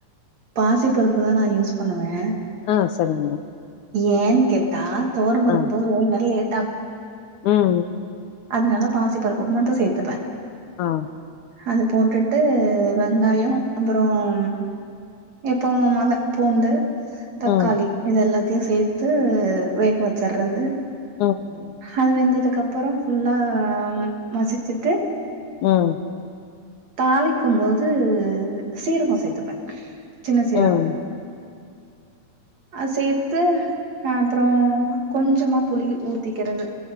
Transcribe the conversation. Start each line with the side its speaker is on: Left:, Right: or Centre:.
Right: பாசி பருப்பு தா நா யூஸ் பண்ணுவே
Left: ஆ சரிங்க
Right: ஏன் கேட்டா தொவரபருப்பு
Left: ஆ
Right: வேக லேட் ஆகு
Left: ம் ம்
Right: அதனால பாசி பருப்பு மட்டு சேத்துப்பே
Left: ஆ
Right: அது போட்டுட்டு வெங்காயோ அப்புறோம் எப்பவு மல பூண்டு தக்காளி
Left: ம்
Right: இது எல்லாத்தையு சேத்து வேக வெச்சற்றது
Left: ம்
Right: அது வெந்ததுக்கு அப்பறோ ஃபுல்லா மசிச்சுட்டு
Left: ம்
Right: தாளிக்கும்போது சீரகோ சேத்துப்பே சின்ன சீரகம்
Left: ம் ம்
Right: அது சேத்து அ அப்புறோ கொஞ்சமா புளி ஊத்திக்கிறது